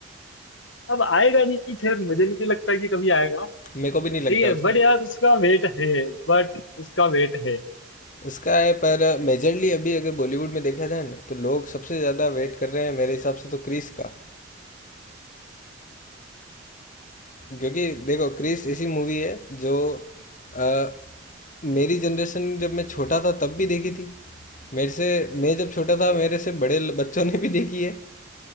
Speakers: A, on the left; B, on the left.
A: अब आएगा नहीं खैर मुझे नहीं लगता कि कभी आएगा
B: मेरे को भी नहीं लगता
A: ठीक है
B: उसका
A: बट यार उसका वेट है बट उसका वेट है
B: उसका है पर मेजरली अभी अगर बॉलीवुड में देखा जाए ना तो लोग सबसे ज़्यादा वेट कर रहे हैं मेरे हिसाब से तो क्रिस का क्योंकि देखो क्रिस ऐसी मूवी है जो अ, मेरी जनरेशन जब मैं छोटा था तब भी देखी थी मेरे से मैं जब छोटा था मेरे से बड़े ल- बच्चों ने भी देखी है